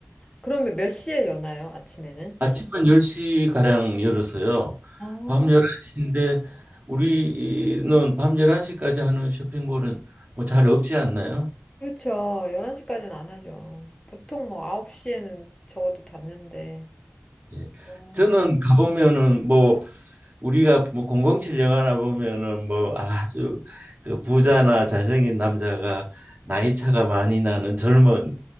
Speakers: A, on the left; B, on the right.
A: 그러면 몇 시에 여나요? 아침에는?
B: 아침은 10시가량 열어서요.
A: 아,
B: 밤 11시인데 우리는 밤 11시까지 하는 쇼핑몰은 뭐 잘 없지 않나요?
A: 그렇죠. 11시까지는 안 하죠. 보통 뭐 9시에는 적어도 닫는데.
B: 예.
A: 어.
B: 저는 가보면은 뭐 우리가 뭐 007 영화나 보면은 뭐 아주 그 부자나 잘생긴 남자가 나이 차가 많이 나는 젊은